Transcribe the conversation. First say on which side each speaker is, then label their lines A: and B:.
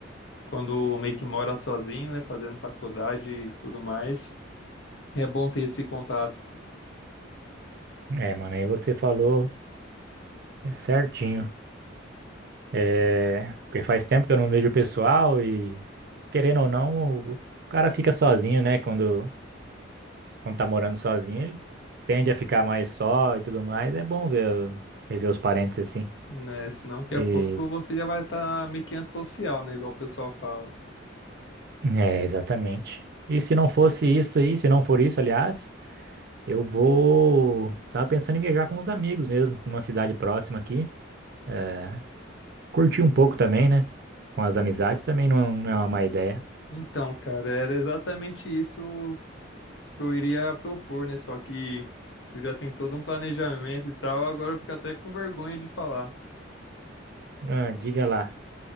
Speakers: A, on the left; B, on the right.
A: quando meio que mora sozinho, né? Fazendo faculdade e tudo mais. É bom ter esse contato,
B: É, mano, aí você falou é, certinho. É, porque faz tempo que eu não vejo o pessoal e, querendo ou não, o cara fica sozinho, né? Quando, quando tá morando sozinho, ele tende a ficar mais só e tudo mais. É bom ver, rever os parentes assim.
A: né? Senão, daqui
B: E
A: a pouco você já vai estar meio que antissocial, né? Igual o pessoal fala.
B: É, exatamente. E se não fosse isso aí, se não for isso, aliás, eu vou. Tava pensando em viajar com os amigos mesmo, pra uma cidade próxima aqui. É, curtir um pouco também, né? Com as amizades também não, é, não é uma má ideia.
A: Então, cara, era exatamente isso que eu iria propor, né? Só que tu já tem todo um planejamento e tal, agora eu fico até com vergonha de falar.
B: Ah, diga lá,